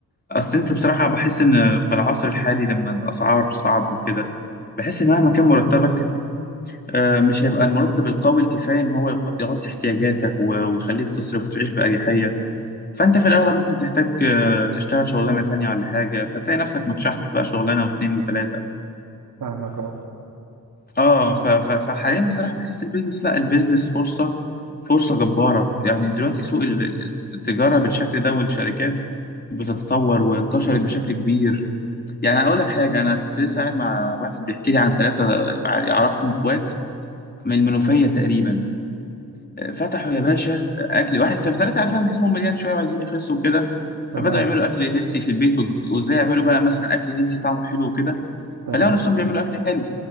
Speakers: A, on the left; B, on the right.
A: أصل أنت بصراحة بحس إن في العصر الحالي لما الأسعار صعب وكده بحس إن مهما كان مرتبك آه، مش هيبقى المرتب القوي الكفاية إن هو يغ- يغطي احتياجاتك و- ويخليك تصرف وتعيش بأريحية فأنت في الأغلب ممكن تحتاج آه، تشتغل شغلانة تانية ولا حاجة فتلاقي نفسك متشحطط بقى شغلانة واتنين وتلاتة
B: فاهمك أه.
A: اه ف- ف- فحاليا بصراحه بحس البيزنس لا البيزنس فرصه فرصه جباره يعني دلوقتي سوق ال- ال- التجاره بالشكل ده والشركات بتتطور وانتشرت بشكل كبير يعني اقول لك حاجه انا كنت لسه قاعد مع واحد بيحكي لي عن ثلاثه مع يعرفهم اخوات من المنوفيه تقريبا آه، فتحوا يا باشا اكل واحد كانوا ثلاثه عارفين جسمهم مليان شويه وعايزين يخسوا وكده
B: تمام
A: فبداوا يعملوا اكل هيلسي في البيت و- وازاي يعملوا بقى مثلا اكل هيلسي طعمه حلو وكده
B: تمام
A: فلقوا نفسهم بيعملوا اكل حلو